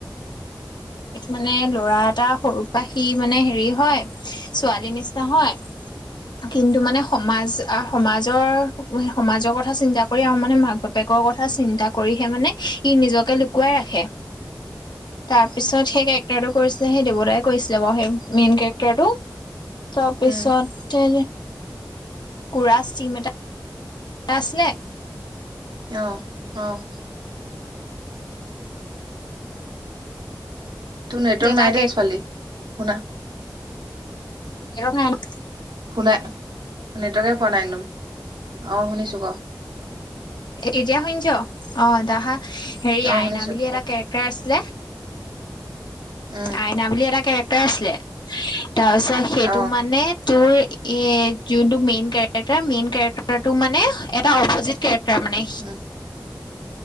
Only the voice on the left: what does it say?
মানে ল'ৰা এটা সৰু পৰাই সিমানে হেৰি হয়, ছোৱালীৰ নিচিনা হয়
কিন্তু
মানে সমাজ সমাজৰ, সমাজৰ কথা চিন্তা কৰি আৰু মানে মাক বাপেকৰ কথা চিন্তা কৰিহে মানে সি নিজকে লুকুৱাই
ৰাখে।
তাৰ পিছত সেই কেৰেক্টাৰটো কৰিছিলে সেই দেৱতাই কৰিছিলে বাৰু সেই মেইন কেৰেক্টাৰটো তাৰপিছতে
কুৰাজ টীম এটা আচিলে।
এটা
সম <unintelligible>
এতিয়া শুনিছ, অহ তাহা হেৰি
আইনা
বুলি
এটা কেৰেক্টাৰ আছিল।
আইনা বুলি এটা কেৰেক্টাৰ আছিলে। তাৰপিছত সেইটো
মানে তোৰ এ যোনটো মেইন কেৰেক্টাৰ মেইন কেৰেক্টাৰটো মানে এটা অপজিত কেৰেক্টাৰ তাৰ মানে